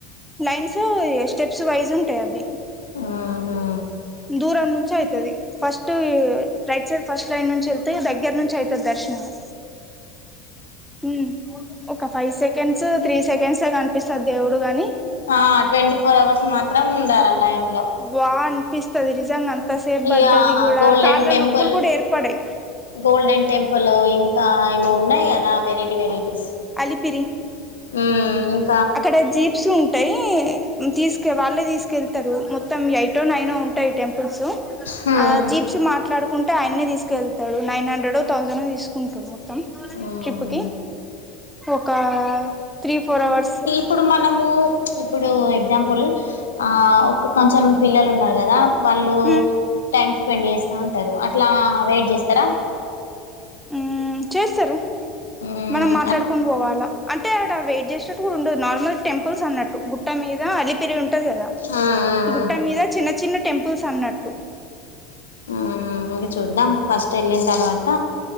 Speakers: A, in the centre; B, on the left.
A: లైన్స్ స్టెప్స్ వైజ్ ఉంటాయి అవి
B: ఆహా
A: దూరం నుంచి అయితది first right side first line నుంచి ఎళ్తే దగ్గర్నుంచి అయిత్ దర్శనము ఉమ్ ఒక five sec seconds three seconds ఏ కనిపిస్తడు దేవుడు గని
B: ఆ ట్వంటీ ఫోర్ అవర్స్ మాత్రం ఉండాలె లైన్ లో
A: వా అనిపిస్తది నిజంగ అంతసేపు పడ్డది
B: ఇక
A: గూడ
B: గోల్డెన్
A: కాళ్ళ
B: టెంపుల్
A: నొప్పులు కూడ ఏర్పడయ్
B: గోల్డెన్ టెంపులు ఇంకా ఏమో ఉన్నాయి గదా వెరైటీ వెరైటీస్
A: అలిపిరి
B: ఉమ్
A: అక్కడ జీప్స్ ఉన్ టయి తీసుక వాళ్ళే తీసుకెళ్తరు మొత్తం ఎయిటో నైనో ఉంటయి టెంపుల్స్
B: హ్మ్
A: ఆ జీప్స్ మాట్లాడుకుంటే ఆయన్నే తీసుకెళ్తడు నైన్ హండ్రెడో థౌసండో తీసుకుంటడు మొత్తం తం
B: మ్మ్
A: ట్రిప్ కి ఒక త్రీ ఫోర్ అవర్స్
B: ప్పుడు మనము ఇప్పుడు ఎగ్జాంపుల్ ఆ ఒక కొంచెం పిల్లలు ఉన్నరు గదా వాళ్ళు
A: ఉమ్
B: టైమ్ స్పెండ్ చేస్తా ఉంటరు అట్లా వెయిట్ చేస్తరా
A: ఊమ్ చేస్తరు
B: మ్మ్
A: మనం మాట్లాడుకొని
B: ఆ
A: పోవాలా అంటే ఆడ వెయిట్ చేసేటట్టు గూడ ఉండదు నార్మల్ టెంపుల్స్ అన్నట్టు గుట్ట మీద అలిపిరి ఉంట్ ట్టది గదా
B: ఆ
A: గుట్ట
B: ఆ
A: మీద చిన్న చిన్న టెంపుల్స్ అన్నట్టు
B: ఆ ఇంగ చూద్దాం ఫస్ట్ ఎళ్ళిన్తర్వాత